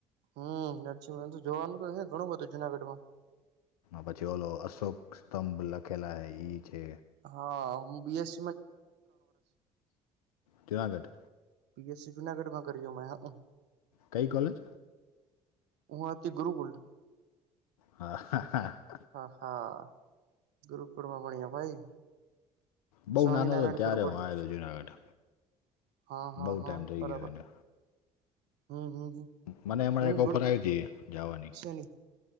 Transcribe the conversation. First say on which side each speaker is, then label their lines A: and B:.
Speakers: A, on the right; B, on the left.
A: હમ નરજી તો જોવાનું તો ઘણું હતું જુનાગઢ મા
B: પછી ઓલો અશોક સ્તંભ લખેલા હૈ ઈ છે.
A: હા હું બીએસ
B: ચુનાગઢ
A: પીએસસી જુનાગઢ માં કરજો મે હ
B: કઈ કોલેજ
A: ઓ તે ગુકુલ
B: હા હા હા
A: હા હા ગુરુકુળમાં બણ્યા ભાઈ
B: બઉુ
A: સ્વામિનારાયણ
B: નાનો હતો ત્યારે
A: ગુરુકુળ
B: હું આલો્યો જુનાગઢ
A: હા હા
B: બહુ ટાઈઇમ
A: હા
B: થઈ
A: બરાબર
B: ગયો એને
A: હમ હમ હમ
B: મને એમણે
A: હું
B: એક ઓફર
A: ગુરુ
B: આવી હતી જવાની
A: શેની